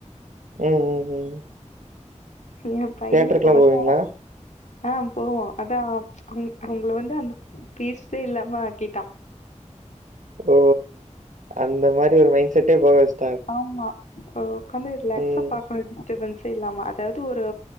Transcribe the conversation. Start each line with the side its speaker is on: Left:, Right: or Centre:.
Right: ம் ம் ம்
Left: எ பைய
Right: தியேட்டருக்குலா
Left: இப்ப வந்தா
Right: போவீங்களா?
Left: அ போவோ அதா உங் உங்கள வந்து அந்த ஃபீஸ்டே இல்லாம ஆக்கிட்டா
Right: ஓ அந்த மாரி ஒரு மைண்ட் செட்டே போக வெச்சு
Left: ஆமா இப்போ உக்காந்து ரிலாக்ஸா
Right: ம்.
Left: பாக்கணு டிஸ்ட்டபன்ஸே இல்லாமா அதாவ்து ஒரு